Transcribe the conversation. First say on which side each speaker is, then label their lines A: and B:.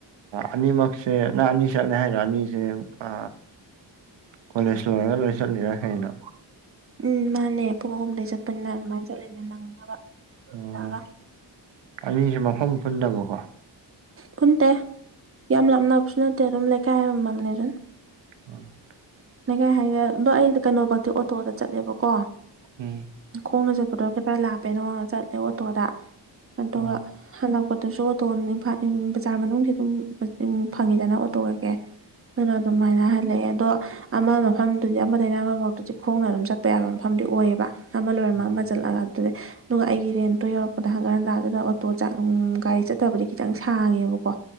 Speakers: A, on the right; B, on the right.
A: ꯑꯅꯤꯃꯛꯁꯦ ꯅꯪ ꯑꯅꯤ ꯆꯠꯂ ꯍꯥꯏꯔ ꯑꯅꯤꯁꯦ ꯑ ꯀꯣꯂꯦꯖ ꯂꯣꯏꯔꯒ ꯂꯣꯏ ꯆꯠꯂꯤꯔꯈꯩꯅꯣ
B: ꯎꯝ ꯃꯥꯅꯦ ꯄꯨꯡ ꯑꯍꯨꯝꯗꯒꯤꯩ ꯆꯠꯄꯅꯤꯅ ꯑꯗꯨꯃꯥꯏꯅ ꯆꯠꯂꯤꯅꯦ ꯅꯪꯅꯕ
A: ꯑꯣ
B: ꯂꯥꯛꯑꯒ
A: ꯑꯅꯤꯁꯨ ꯃꯐꯝ ꯄꯨꯟꯗꯕꯀꯣ
B: ꯀꯟ ꯇ ꯌꯥꯝ ꯂꯝꯅꯅꯥꯞꯁꯅ ꯇꯔꯣꯝ ꯂ ꯀꯥꯏꯣ ꯃꯅꯤꯔ
A: ꯎꯝ
B: ꯂꯩꯀꯥꯏ ꯍꯥꯏꯒꯦ ꯑꯗꯣ ꯑꯩꯗꯤ ꯀꯩꯅꯣ ꯐꯛꯇꯤ ꯑꯣꯇꯣꯗ ꯆꯠꯂꯦꯕꯀꯣ
A: ꯎ
B: ꯈꯣꯡꯅ ꯆꯠꯄꯗꯣ ꯀꯇꯔ ꯂꯥꯞꯄꯦꯅꯣ ꯆꯠꯂꯦ ꯑꯣꯇꯣꯗ ꯑꯗꯨꯒ
A: ꯎꯝ
B: ꯍꯜꯂꯛꯄꯗꯨꯁꯨ ꯑꯣꯇꯣ ꯏꯝꯐꯥꯜ ꯕꯖꯥꯔ ꯃꯅꯨꯡ ꯑꯗꯨꯝ ꯐꯪꯉꯤꯗꯅ ꯑꯣꯇꯣ ꯀꯩꯀꯦ ꯑꯗꯨꯅ ꯑꯗꯨꯃꯥꯏꯅ ꯍꯜꯂꯛꯑꯦ ꯑꯗꯣ ꯑꯃ ꯃꯐꯝꯗꯨꯗꯤ ꯑꯃꯗꯩꯅ ꯑꯃꯐꯥꯎꯇꯨꯗꯤ ꯈꯣꯡꯅ ꯑꯗꯨꯝ ꯆꯠꯄ ꯌꯥꯕ ꯃꯐꯝꯗꯤ ꯑꯣꯏꯌꯦꯕ ꯊꯃꯜ ꯑꯣꯏꯔꯃ
A: ꯎꯝ
B: ꯃꯥ ꯂꯥꯛꯑ ꯑꯗꯨ ꯑꯗꯨꯒ ꯑꯩꯒꯤ ꯔꯦꯟꯇꯣ ꯌꯧꯔꯛꯄꯗ ꯍꯪꯒꯥꯔ ꯍꯟꯗꯥꯗꯨꯗ ꯑꯣꯇꯣ ꯒꯥꯔꯤ ꯆꯠ ꯐꯠꯇꯕꯗꯤ ꯈꯤꯇꯪ ꯁꯥꯡꯉꯦꯕꯀꯣ